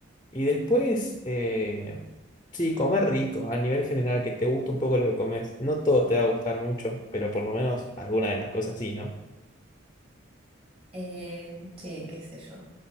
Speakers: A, on the left; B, on the right.
A: Y después, eh, sí, comer rico, a nivel general, que te guste un poco lo que comes. No todo te va a gustar mucho, pero por lo menos alguna de las cosas sí, ¿no?
B: Em, sí, qué sé yo.